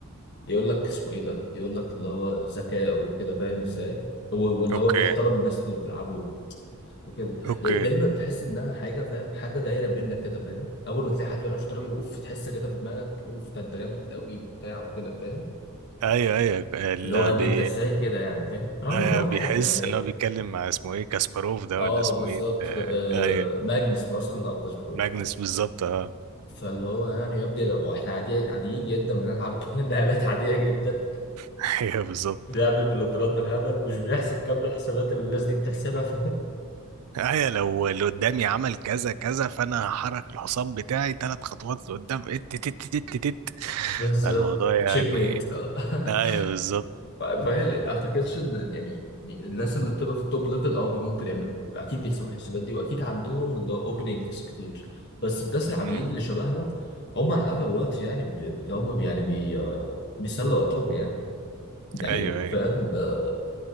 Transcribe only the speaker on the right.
اوكي
اوكي
ايوه ايوه اللي
بي
ايوه
بيحس
ان هو بيتكلم مع اسمه ايه كاسباروف ده
ولا اسمه
ايه آه،
ايوه
ماجنس
بالظبط اه
<laughs> ايوه بالظبط
ايوه لو اللي قدامي عمل كذا كذا فانا هحرك الحصان بتاعي ثلاث خطوات لقدام ات تت تت تت تت.
الموضوع يعني
ايوه بالظبط
مم.
ايوه ايوه